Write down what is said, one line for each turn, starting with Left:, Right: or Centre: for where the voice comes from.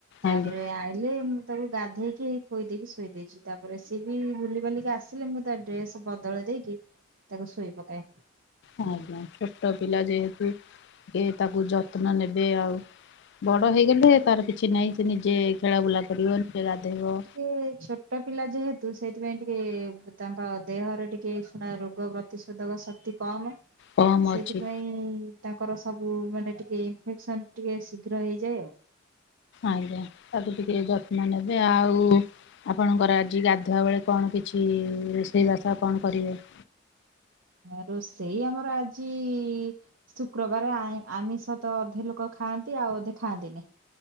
Right: ତାପରେ
Left: ଆଜ୍ଞା
Right: ଆଣିଲେ ତାକୁ ଗାଧେଇକି ଖୋଇ ଦେଇକି ଶୋଇ ଦେଇଛି ତାପରେ ସିଏ ବି ବୁଲି ବାଲିକି ଆସିଲେ ମୁଁ ତା ଡ୍ରେସ୍ ବଦଳେଇ ଦେଇକି ତାକୁ ଶୋଇ ପକାଏ।
Left: ହଁ ହଁ ଛୋଟ ପିଲା ଯେହେତୁ କି ତାକୁ ଯତ୍ନ ନେବେ ଆଉ ବଡ଼ ହେଇଗଲେ ତାର କିଛି ନାଇଁ ସେ ନିଜେ ଖେଳା ବୁଲା କରିବ ନିଜେ ଗଧେଇବ।
Right: ଏ ଛୋଟ ପିଲା ଯେହେତୁ ସେଥିପାଇଁ ଟିକେ ତାଙ୍କ ଦେହରେ ଟିକେ ଏଶୁଣା ରୋଗ ପ୍ର ପ୍ରତିରୋଧକ ଶକ୍ତି କମ।
Left: କମ୍
Right: ସେଥିପାଇଁ
Left: ଅଛି
Right: ତାଙ୍କର ସବୁ ମାନେ ଟିକେ ଇନଫେକ୍ସନ ଟିକେ ଶୀଘ୍ର ହେଇଯାଏ ଆଉ।
Left: ଆଜ୍ଞା ତାକୁ ଟିକେ ଯତ୍ନ ନେବେ ଆଉ ଆପଣଙ୍କର ଆଜି ଗାଧୁଆ ବେଳେ କଣ କିଛି ରୋଷେଇବାସ କଣ କରିବେ।
Right: ରୋଷେଇ ଆମର ଆଜି ଶୁକ୍ରବାର ଆଇଁ - ଆମିଷ ତ ଅଧେ ଲୋକ ଖାଆନ୍ତି, ଆଉ ଅଧେ ଖାଆନ୍ତିନି।